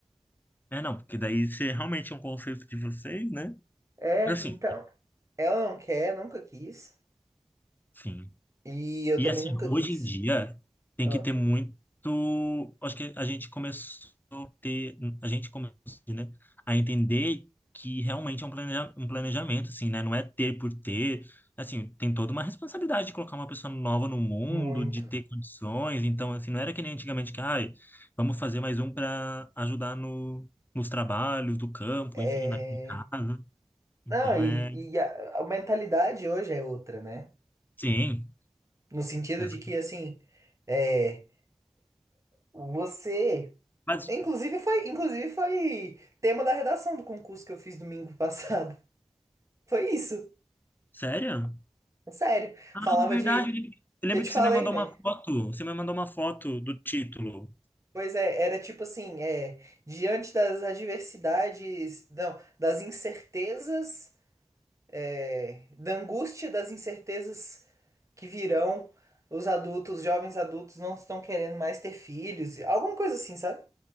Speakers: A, on the left; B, on the right.
A: É, não, porque daí você realmente é um conceito de vocês, né?
B: É,
A: Assim,
B: então. Ela não quer, nunca quis.
A: sim.
B: E eu
A: E
B: também
A: assim,
B: nunca quis.
A: hoje em dia tem
B: Ah,
A: que ter muito. Acho que a gente começou a ter, a gente começou, né, a entender que realmente é um planeja- um planejamento, assim, né? Não é ter por ter. Assim, tem toda uma responsabilidade de colocar uma pessoa nova no mundo,
B: muito.
A: de ter condições. Então, assim, não era que nem antigamente que, ai, vamos fazer mais um para ajudar no, nos trabalhos do campo,
B: É.
A: enfim, na em casa. Então
B: Não, e,
A: é.
B: e a, a mentalidade hoje é outra, né?
A: Sim.
B: No sentido
A: exato.
B: de que, assim. É. Você.
A: Mas,
B: Inclusive foi, inclusive foi tema da redação do concurso que eu fiz domingo passado. <laughs> Foi isso.
A: sério?
B: Sério,
A: Ah,
B: falava
A: é verdade.
B: de.
A: Eu lembro eu lembro
B: Eu te
A: que
B: falei,
A: você me mandou
B: né?
A: uma foto. Você me mandou uma foto do título.
B: Pois é, era tipo assim, é, diante das adversidades, não, das incertezas, é, da angústia das incertezas que virão, os adultos, os jovens adultos não estão querendo mais ter filhos, alguma coisa assim, sabe?